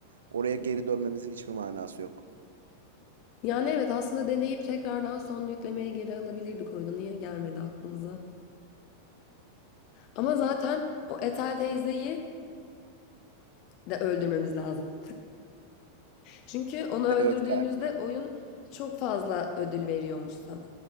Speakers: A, on the right; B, on the left.
A: oraya geri dönmemizin hiçbir manası yok.
B: Yani evet aslında deneyip tekrardan son yüklemeye geri alabilirdik oyunu. Niye gelmedi aklımıza? Ama zaten o Ethel teyzeyi de öldürmemiz lazım. Çünkü onu öldürdüğümüzde
A: Evet galiba.
B: oyun çok fazla ödül veriyormuş sana.